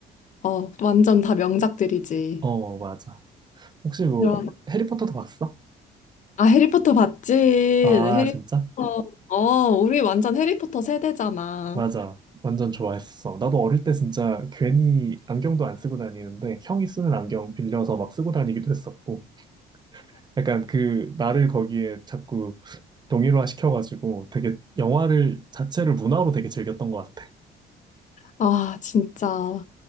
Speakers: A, on the left; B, on the right.
A: 어, 완전 다 명작들이지.
B: 어, 맞아. 혹시 뭐,
A: 그럼.
B: 해리포터도 봤어?
A: 아, 해리포터 봤지? 해리포터.
B: 아, 진짜?
A: 어, 우리 완전 해리포터 세대잖아.
B: 맞아. 완전 좋아했어. 나도 어릴 때 진짜 괜히 안경도 안 쓰고 다니는데, 형이 쓰는 안경 빌려서 막 쓰고 다니기도 했었고, 약간 그, 나를 거기에 자꾸 동일화 시켜가지고, 되게 영화를, 자체를 문화로 되게 즐겼던 것 같아.
A: 아, 진짜.